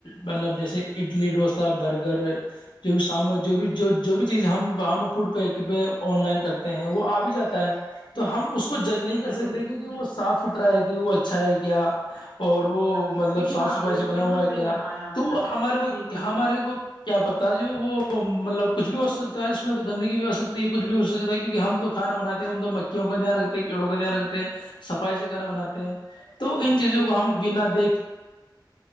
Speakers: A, on the left; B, on the right.
A: مطلب جیسے اڈلی ڈوس برگر جو بھی سامبر جو بھی جو
B: جی جی
A: جو بھی چیز ہم ہم فوڈ پہ پہ آن لائن کرتے ہیں وہ آ بھی جاتا ہے تو
B: جی جی
A: ہم اس کو جج نہیں کر
B: بالکل
A: سکتے کیونکہ وہ صاف ست رہا ہے کہ وہ اچھا ہے کیا اور وہ
B: ہاں
A: مطلب
B: کیونکہ
A: صاف
B: وہاں
A: صفائی سے بنا
B: بالکل
A: ہوا ہے
B: صحیح
A: کیا
B: فرمایا آپ
A: تو
B: نے
A: ہمارے کو
B: جی جی
A: ہمارے
B: جی
A: کو کیا پتتا ہے جو وہ مطلب کچھ بھی ہو سکتا ہے اس میں تو گندگی بھی ہو سکتی ہے کچھ بھی ہو سکتا ہے کیونکہ ہم تو کھانا بناتے ہم تو مکھیوں کا دھیان رکھتے ہیں کیڑوں کا دھیان رکھتے ہیں صفائی سے کرا بناتے ہیں تو ان
B: بالکل
A: چیزوں کو ہم
B: بالکل بالکل
A: بنا دیکھ کے